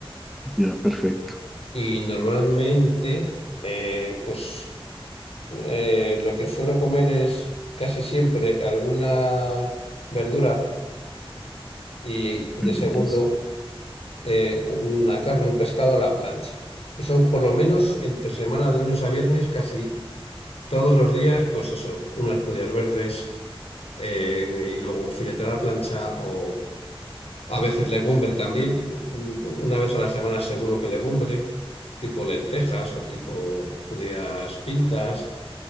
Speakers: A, in the centre; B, on the left (about 90°).
A: Ya, perfecto.
B: Y normalmente, eh, pues eh, lo que suelo comer es casi siempre alguna verdura y
A: Verduras.
B: de segundo eh, una carne, un pescado a la plancha. Eso por lo menos entre semana de lunes a viernes casi Todos los días, pues eso, unas judías verdes eh, y luego un filete a la plancha o a veces legumbre también. Un- Una vez a la semana seguro que legumbre, tipo lentejas o tipo judías pintas.